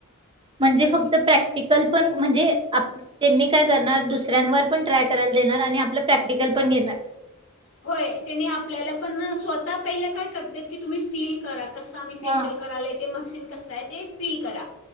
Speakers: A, on the right; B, on the left.
A: म्हणजे फक्त प्रॅक्टिकल पण म्हणजे आ - त्यांनी काय करणार, दुसऱ्यांवर पण ट्राय करायला देणार आणि आपल प्रॅक्टिकल पण घेणार.
B: होय. त्यांनी आपल्याला पण न, स्वतः पहिल काय करत्यात, की तुम्ही फील करा. कसं आम्ही फेशियल
A: हा
B: करायला ते मशीन कसं आहे? ते फील करा